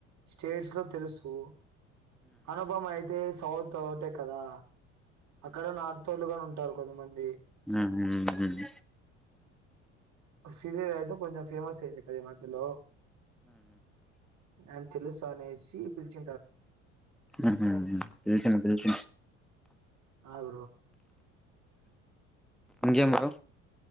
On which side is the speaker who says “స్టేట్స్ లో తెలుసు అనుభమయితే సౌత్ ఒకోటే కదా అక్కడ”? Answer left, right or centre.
Right